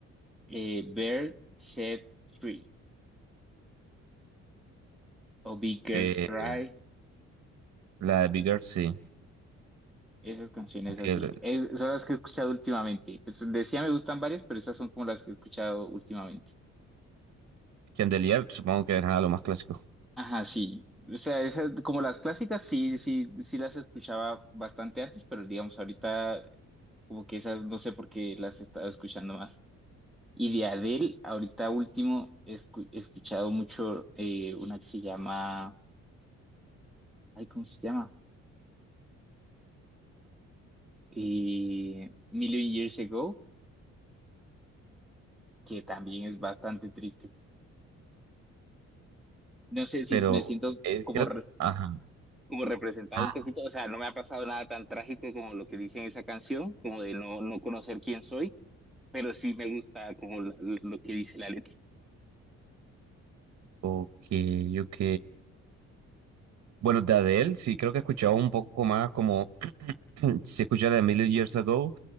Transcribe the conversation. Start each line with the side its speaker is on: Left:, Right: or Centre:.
Centre: eh, Bird, Set Free o Big Girls
Right: Eh,
Centre: Cry,
Right: la de Bigger, sí.
Centre: esas canciones
Right: Aunque
Centre: así. Es, son las que he escuchado últimamente. Pues decía me gustan varias, pero esas son como las que he escuchado últimamente.
Right: Chandelier, supongo que es ah, lo más clásico.
Centre: Ajá, sí. O sea, esas, como las clásicas, sí, sí, sí las escuchaba bastante antes, pero digamos, ahorita como que esas no sé por qué las he estado escuchando más. Y de Adele, ahorita último, he escu- he escuchado mucho eh, una que se llama, ay, ¿cómo se llama? Eh, Million Years Ago que también es bastante triste. No sé si
Right: Pero
Centre: me siento
Right: eh,
Centre: como,
Right: creo
Centre: re-
Right: que... Ajá.
Centre: como representado
Right: Ah,
Centre: un poquito, o sea, no me ha pasado nada tan trágico como lo que dice en esa canción, como de no, no conocer quién soy, pero sí me gusta como la- la- lo que dice la letra.
Right: ok, ok. Bueno, de Adele, sí, creo que he escuchado un poco más como... <clears throat> Si escuché la de Million Years Ago,